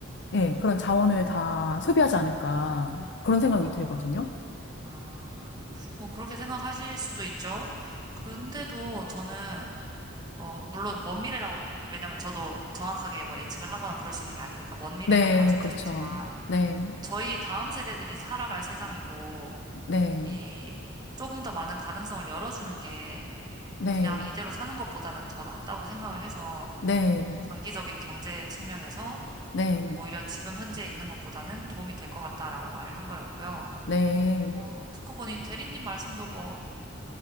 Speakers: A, on the left; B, on the right.
A: 예, 그런 자원을 다 소비하지 않을까. 그런 생각이
B: 아,
A: 들거든요.
B: 아, 뭐 그렇게 생각하실 수도 있죠. 근데도 저는 어 물론 먼 미래라고 왜냐면 저도 정확하게 뭐 예측을 하거나 그럴 수 있는 게 아니니까 먼 미래라고
A: 네,
B: 말씀드렸지만
A: 그렇죠. 네,
B: 저희 다음 세대들이 살아갈 세상이고
A: 네,
B: 이 조금 더 많은 가능성을 열어주는 게
A: 네,
B: 그냥 이대로 사는 것보다는 더 낫다고 생각을 해서
A: 네,
B: 장기적인 경제 측면에서
A: 네,
B: 오히려 지금 현재 있는 것보다는 도움이 될 것 같다라고 말을 한 거였고요.
A: 네,
B: 어, 듣고 보니 대리님 말씀도 뭐,